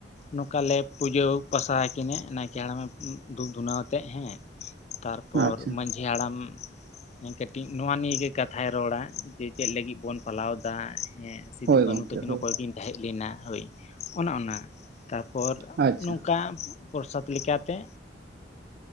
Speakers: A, on the left (about 35°); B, on the right (about 55°).
A: ᱱᱚᱠᱟ ᱞᱮ ᱯᱩᱡᱟᱹ ᱯᱟᱥᱟ ᱟᱠᱤᱱᱟ ᱱᱟᱭᱠᱮ ᱦᱟᱲᱟᱢ ᱮ ᱫᱷᱩᱯ ᱫᱷᱩᱱᱟᱹ ᱟᱛᱮᱜ ᱦᱮᱸ ᱛᱟᱨᱯᱚᱨ
B: ᱟᱪᱪᱷᱟ
A: ᱢᱟᱺᱡᱷᱤ ᱦᱟᱲᱟᱢ ᱠᱟᱹᱴᱤᱡ ᱱᱚᱣᱟ ᱱᱤᱭᱮ ᱜᱮ ᱠᱟᱛᱷᱟᱭ ᱨᱚᱲᱟ ᱡᱮ ᱪᱮᱫ ᱞᱟᱹᱜᱤᱫ ᱵᱚᱱ ᱯᱟᱞᱟᱣ ᱮᱫᱟ ᱦᱮᱸ ᱥᱤᱫᱩ
B: ᱦᱳᱭ ᱜᱚᱝᱠᱮ
A: ᱠᱟᱹᱱᱦᱩ ᱛᱟᱹᱠᱤᱱ
B: ᱦᱳᱭ
A: ᱚᱠᱚᱭ ᱠᱤᱱ ᱛᱟᱦᱮᱸ ᱞᱮᱱᱟ ᱦᱳᱭ ᱚᱱᱮ ᱚᱱᱟ ᱛᱟᱯᱚᱨ
B: ᱟᱪᱪᱷᱟ
A: ᱱᱚᱝᱠᱟ ᱯᱚᱨᱥᱟᱫ ᱞᱮᱠᱟᱛᱮ